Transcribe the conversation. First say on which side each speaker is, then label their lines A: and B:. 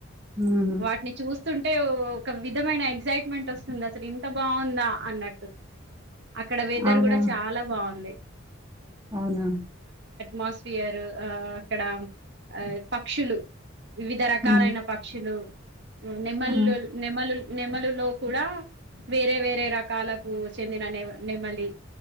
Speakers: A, on the right (about 15°); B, on the right (about 55°).
A: ఉహు
B: వాటిని చూసి వస్తుంటే ఒక విధమైన ఎగ్సైట్మెంట్ వస్తుంది అసలు ఇంత బాగుందా అన్నట్టు అక్కడ వెదర్
A: అవునా
B: కూడా చాలా బాగుంది
A: అవునా
B: మాస్ఫియర్ ఆ అక్కడ ఆ పక్షులు వివిధ రకాలైన
A: ఆ
B: పక్షులు నెమలు
A: ఆ
B: నెమ్మలు నెమలులో కూడా వేరే వేరే రకాలకు చెందిన నె నెమలి